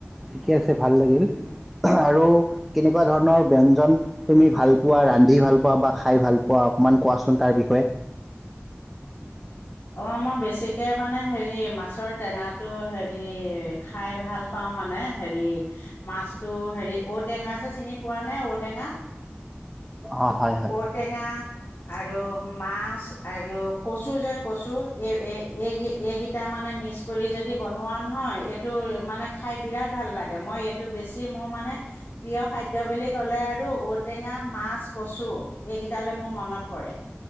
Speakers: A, in the centre; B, on the left.
A: থিকে আছে ভাল লাগিল
B: উম।
A: আৰু কেনেকুৱা ধৰণৰ ব্যঞ্জন তুমি ভাল পোৱা ৰান্ধি ভাল পোৱা বা খাই ভাল পোৱা অকমান কোৱাচোন তাৰ বিষয়ে।
B: অ মই বেছিকে। মানে হেৰি মাছৰ টেঙাটো হেৰি খাই ভাল পাওঁ মানে হেৰি মাছটো হেৰি ঔটেঙা যে চিনি পোৱা নে ঔটেঙা?
A: অ হয় হয়
B: ঔটেঙা, আৰু মাছ আৰু কচু যে কচু এই এই এইকেইটা মানে মিক্স কৰি যদি বনোৱা নহয় এইটো মানে খাই বিৰাট ভাল লাগে মই এইটো বেছি মোৰ মানে প্ৰিয় খাদ্য বুলি ক'লে আৰু ঔটেঙা মাছ কচু এইকেইটালৈ মোৰ মনত পৰে।